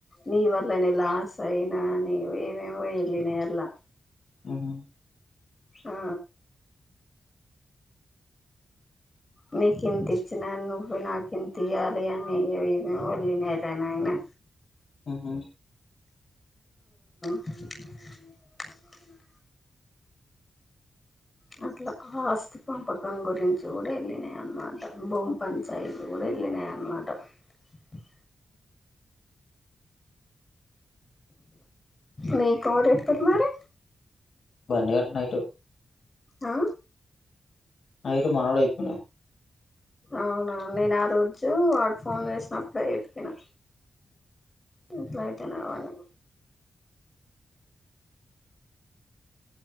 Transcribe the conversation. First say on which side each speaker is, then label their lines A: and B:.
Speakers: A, on the left; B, on the left.
A: నీ వర్ ఇలానే లాస్ ఆయినా నే ఏవేవో ఆల్లినే అలా
B: హ్మ్
A: ఆ మీ కితిచ్చనా నువ్వు నాకు ఇంత ఇయ్యాలి అని వెళ్ళు ఏమో వెళ్ళినార పెనయినా
B: హ్మ్
A: <unintelligible> మట్లా ఆస్తి పా పక్క రం గురించి కూడా వెళ్ళినాయి అన్నమాట భూమి పంచాయితీలు కూడా వెళ్ళినాయ అన్నమాట <unintelligible> మిక్ ఎవరు చెప్పిరు మరి
B: బన్ కటనయిట్
A: ఆ
B: అయితే మనోడే చెప్పిన
A: అవునా నేను ఆ రోజు వాడు ఫోన్ చేసినప్పుడే చెప్పినా ఎట్లా అయితేవ్వాలి